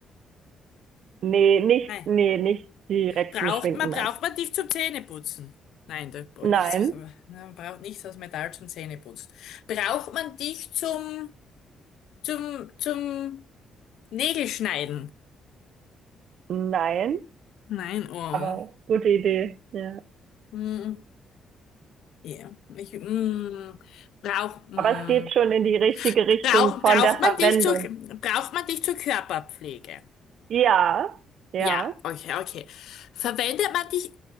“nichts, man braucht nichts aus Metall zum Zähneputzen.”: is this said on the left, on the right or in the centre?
Left